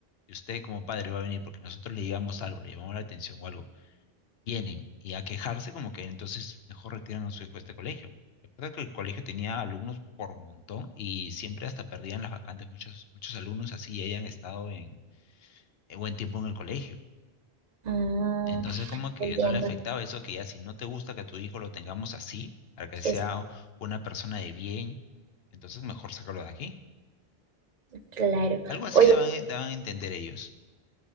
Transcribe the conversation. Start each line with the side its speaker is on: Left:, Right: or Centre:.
Left: Y usted como padre va a venir porque nosotros le digamos algo, le llamamos la atención o algo. Vienen y a quejarse como que entonces mejor retiran a su hijo de este colegio. La verdad que el colegio tenía alumnos por montón y siempre hasta perdían las vacantes muchos, muchos alumnos así hayan estado en, en buen tiempo en el colegio.
Right: Ah,
Left: Entonces como que
Right: entiendo,
Left: no le afectaba eso que ya si no te gusta que tu hijo lo tengamos así, para que sea
Right: que es
Left: una persona de bien, entonces mejor sacarlo de aquí.
Right: claro.
Left: Algo así
Right: Oye,
Left: daban, daban a entender ellos.